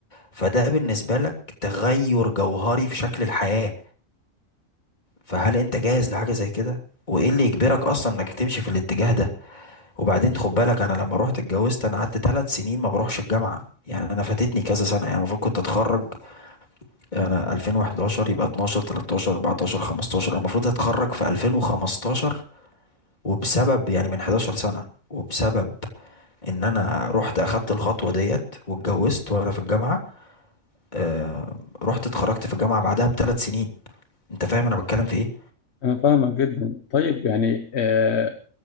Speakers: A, on the left; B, on the left.
A: فده بالنسبة لك تغير جوهري في شكل الحياة فهل انت جاهز لحاجة زي كده؟ وايه اللي يجبرك اصلا انك تمشي في الاتجاه ده وبعدين خد بالك انا لما روحت اتجوزت انا قعدت ثلاث سنين ما بروحش الجامعة يعني انا فاتتني كذا سنة يعني المفروض كنت اتخرج انا 2011 يبقى 12 13 14 15 انا المفروض اتخرج في 2015 وبسبب يعني من 11 سنة وبسبب ان انا رحت اخدت الخطوة ديت واتجوزت وانا في الجامعة آه رحت اتخرجت في الجامعة بعدها بثلاث سنين انت فاهم انا بتكلم في ايه
B: أنا فاهمك جدا طيب يعني آه